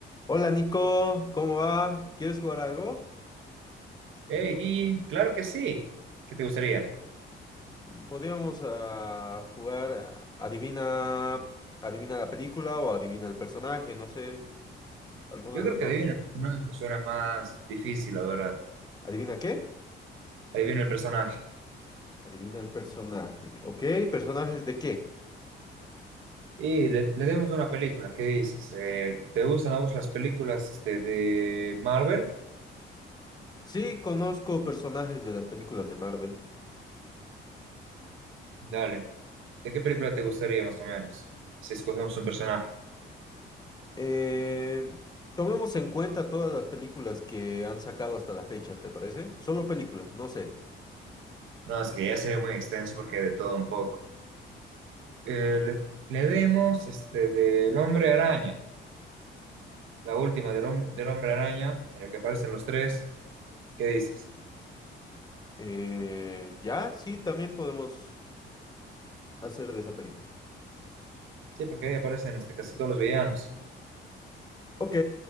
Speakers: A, on the left; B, on the right.
A: Hola Nico, ¿cómo va? ¿Quieres jugar algo?
B: Hey, Gigi, claro que sí. ¿Qué te gustaría?
A: Mm, Podríamos ah, jugar ah, adivina, adivina la película o adivina el personaje, no sé, alguno
B: Yo
A: de
B: creo
A: los
B: que
A: dos.
B: adivina el personaje suena más difícil, la verdad.
A: ¿Adivina qué?
B: Adivina el personaje.
A: Adivina el personaje. Ok, ¿personajes de qué?
B: Y le, le demos una película, ¿qué dices? Eh, ¿te gustan a vos las películas este, de Marvel?
A: Sí, conozco personajes de las películas de Marvel.
B: Dale. ¿De qué película te gustaría más o menos? Así escogemos un personaje.
A: Eh, tomemos en cuenta todas las películas que han sacado hasta la fecha, ¿te parece? Solo películas, no series.
B: No, es que ya sería muy extenso porque de todo un poco. Eh, le, le demos este, del Hombre Araña, la última del, hom- del Hombre Araña, en la que aparecen los tres. ¿Qué dices?
A: Eh, ya, sí, también podemos hacer de esa película.
B: Sí, porque ahí aparecen este, casi todos los villanos.
A: Ok,